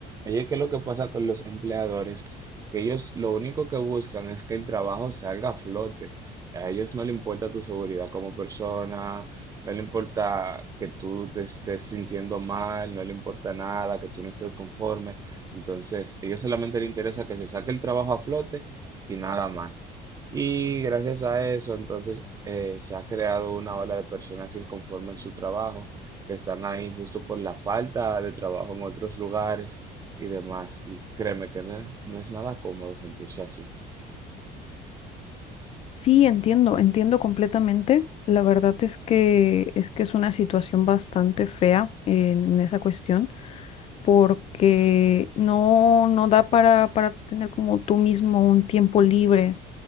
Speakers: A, on the right; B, on the left.
A: oye, ¿qué es lo que pasa con los empleadores? Que ellos lo único que buscan es que el trabajo salga a flote. A ellos no le importa tu seguridad como persona, no le importa que tú te estés sintiendo mal, no le importa nada, que tú no estés conforme. Entonces, a ellos solamente les interesa que se saque el trabajo a flote y nada más. Y gracias a eso, entonces, eh, se ha creado una ola de personas inconformes en su trabajo que están ahí justo por la falta de trabajo en otros lugares y demás. Y créeme que no es, no es nada cómodo sentirse así.
B: Sí, entiendo, entiendo completamente. La verdad es que es que es una situación bastante fea en esa cuestión, porque no, no da para, para tener como tú mismo un tiempo libre.